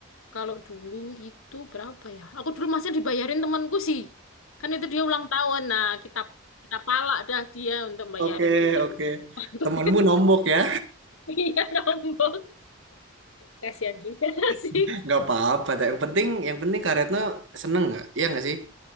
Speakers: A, on the left; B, on the right.
A: Kalau dulu itu berapa ya? Aku dulu masih dibayarin temanku sih. Kan itu dia ulang tahun. Nah, kita kita palak dah dia untuk bayarin
B: Oke,
A: kita
B: oke.
A: untuk <laughs>
B: Temenmu nombok ya.
A: Iya, nombok. Kasihan juga <laughs> sih.
B: <laughs> Nggak apa-apa. Yang penting, yang penting Kak Retno seneng nggak? Iya nggak sih?